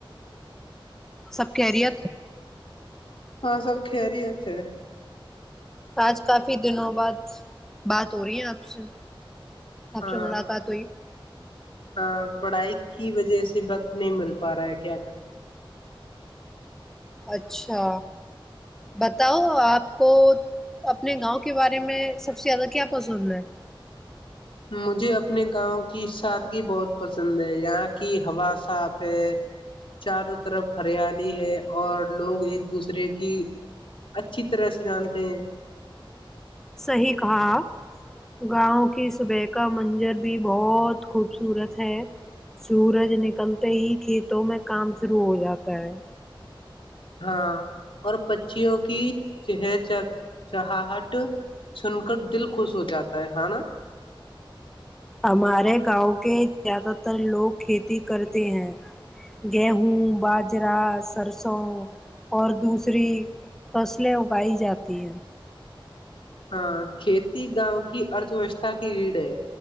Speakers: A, in the centre; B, on the left (about 70°).
A: سب کہہریت
B: ہاں سب کہری ہے تھے
A: آج کافی دنوں بعد بات ہو رہی ہے آپ سے آپ
B: ہاں
A: سے ملاقات ہوئی
B: ہاں پڑھائی کی وجہ سے وقت نہیں مل پا رہا ہے کیا کریں
A: اچھا بتاؤ آپ کو اپنے گاؤں کے بارے میں سب سے زیادہ کیا پسند ہے
B: مجھے اپنے گاؤں کی سادگی بہت پسند ہے یہاں کی ہوا صاف ہے چاروں طرف ہریالی ہے اور لوگ ایک دوسرے کی اچھی طرح سے جانتے ہیں
A: صی کہا گاؤں کی صبح کا منجر بھی بہت خوبصورت ہے سورج نکلتے ہی کھیتوں میں کام شروع ہو جاتا ہے
B: ہاں اور پچیوں کی چہ چہاہٹ سن کر دل خوش ہو جاتا ہے ہ نا
A: ہمارے گاؤں کے زیادہ تر لوگ کھیتی کرتے ہیں گیہوں باجرا سرسوں اور دوسری فصلیں اگائی جاتی ہے
B: ہاں کھیتی گاؤں کی ارتھ ویوستھا کی ریڑ ہے